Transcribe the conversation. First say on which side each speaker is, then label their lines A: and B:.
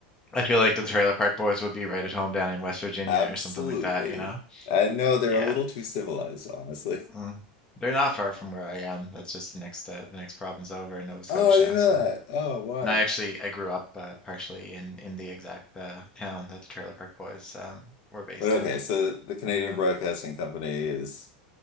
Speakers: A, on the left; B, on the left.
A: I feel like the Trailer Park Boys would be right at home down in West Virginia
B: Absolutely.
A: or something like that, you know?
B: I know they're
A: Yeah.
B: a little too civilized, honestly.
A: Mm. They're not far from where I am. That's just the next uh, the next province over in Nova Scotia,
B: Oh, I didn't
A: so.
B: know that. Oh, wild.
A: And I actually I grew up uh, partially in in the exact uh, town that the Trailer Park Boys um, were based
B: But
A: in.
B: okay, so the Canadian
A: Funny enough.
B: Broadcasting Company is